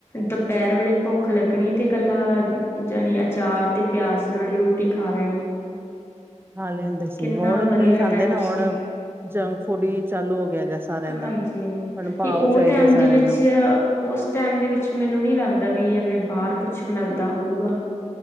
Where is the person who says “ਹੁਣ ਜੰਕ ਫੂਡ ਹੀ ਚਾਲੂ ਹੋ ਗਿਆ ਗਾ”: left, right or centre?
Right